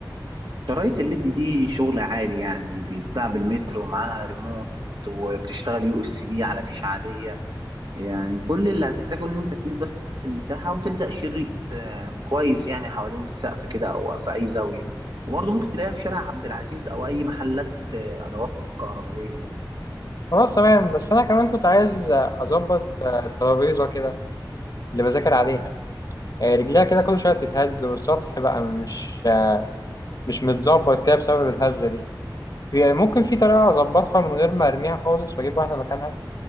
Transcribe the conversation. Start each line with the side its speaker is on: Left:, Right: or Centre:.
Right: شرايط الليد دي شغل عالي يعني بيتباع بالمتر ومعاها ريموت وبتشتغل يو اس بي على فيش عادية يعني كل اللي هتحتاجه ان انت تقيس بس المساحة وتلزق شريط آه، كويس يعني حوالين السقف كده او في اي زاوية وبرضه ممكن تلاقيها في شارع عبد العزيز او اي محلات آه، ادوات كهربائية
Left: خلاص تمام بس أنا كمان كنت عايز أظبط آه، الترابيزة كده اللي بذاكر عليها آه، رجليها كده كل شوية بتتهز والسطح بقى مش آه، مش متظبط كده بسبب الهزة دي في- ممكن في طريقة أظبطها من غير ما أرميها خالص وأجيب واحدة مكانها